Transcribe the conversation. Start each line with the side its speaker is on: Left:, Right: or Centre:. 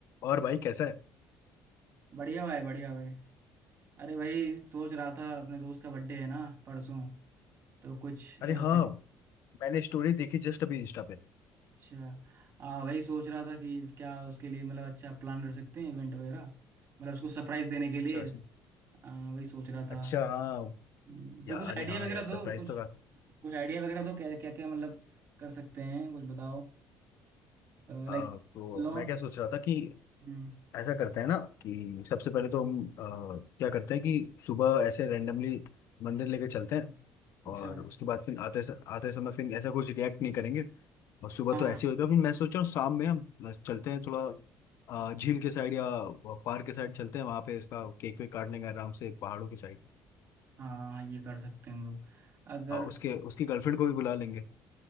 Left: और भाई कैसा है
Right: बढ़िया भाई बढ़िया भाई अरे भाई सोच रहा था अपने दोस्त का बर्थडे है ना परसों तो कुछ अ,
Left: अरे हाँ मैंने स्टोरी देखी जस्ट अभी इंस्टा पे
Right: अच्छा आ वही सोच रहा था कि इस- क्या उसके लिए मतलब अच्छा प्लान कर सकते हैं इवेंट वगैरह मतलब उसको सरप्राइज देने के लिए
Left: अच्छा अच्छा
Right: आ, वही सोच रहा
Left: अच्छा
Right: था
Left: हाँ
Right: हम्म, तो
Left: यार
Right: कुछ
Left: अरे
Right: आइडिया
Left: हाँ
Right: वगैरह
Left: यार सरप्राइज
Right: दो कुछ
Left: तो का
Right: कुछ आइडिया वगैरह दो क्या क्या क्या मतलब कर सकते हैं कुछ बताओ
Left: आ,
Right: लाइक
Left: तो
Right: लॉन
Left: मैं क्या सोच रहा था कि
Right: हम्म,
Left: ऐसा करते हैं ना कि सबसे पहले तो हम आ, क्या करते हैं कि सुबह ऐसे रैंडमली मंदिर लेके चलते हैं
Right: अच्छा
Left: और उसके बाद फिर आते स- आते समय फिर ऐसा कुछ रिएक्ट नहीं करेंगे और सुबह
Right: हाँ
Left: तो ऐसे ही होगा फिर मैं सोच रहा हूँ शाम में हम चलते हैं थोड़ा आ, झील के साइड या पार्क के साइड चलते हैं वहाँ पे इसका केक वेक काट लेंगे आराम से पहाड़ों की साइड
Right: हाँ ये कर सकते हैं हम लोग अगर
Left: और उसके उसकी गर्लफ्रेंड को भी बुला लेंगे